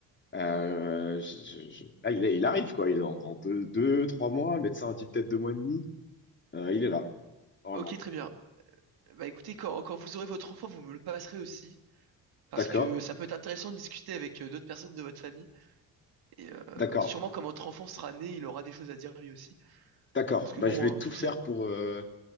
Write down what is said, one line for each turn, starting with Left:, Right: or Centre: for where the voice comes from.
Left: Euh, je- je- là, il, est- il arrive, quoi. Il est dans, dans deux, deux, trois mois. Le médecin a dit peut-être deux mois et demi. Euh, il est là, normalement.
Right: Ok, très bien. Bah écoutez, quand, quand vous aurez votre enfant, vous me le passerez aussi. Parce
Left: D'accord,
Right: que ça peut être intéressant de discuter avec euh, d'autres personnes de votre famille. Et euh,
Left: d'accord,
Right: sûrement quand votre enfant sera né, il aura des choses à dire lui aussi.
Left: d'accord.
Right: Parce que
Left: Bah,
Right: bon,
Left: je vais
Right: hein,
Left: tout
Right: vous,
Left: faire
Right: sa-
Left: pour, euh,